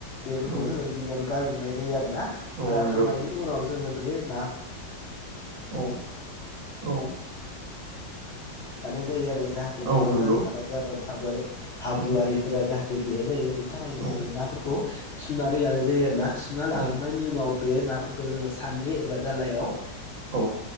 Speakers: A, on the left; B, on the right.
A: बेफोरखौ
B: औ
A: जोङो गिबियावनो गारग्रोनाय जायो आरोना
B: औ
A: गारखांनायनि
B: नंगौ
A: उनाव <unintelligible> लानाय
B: औ औ
A: जायो आरो जाहाथे
B: औ
A: बेयाव
B: नंगौ
A: जों थानाय जाबोन साबोर हाब्रुआरिफोरा
B: औ
A: जाहाथे बे गैया जायो बेनि थाखाय
B: औ
A: जों बे नाफोरखौ सुनानै लानाय जायो आरो ना सुना लाखांनायनि
B: औ
A: उनाव बे नाफोरखौ जोङो सान्द्रि एबा दालायाव
B: औ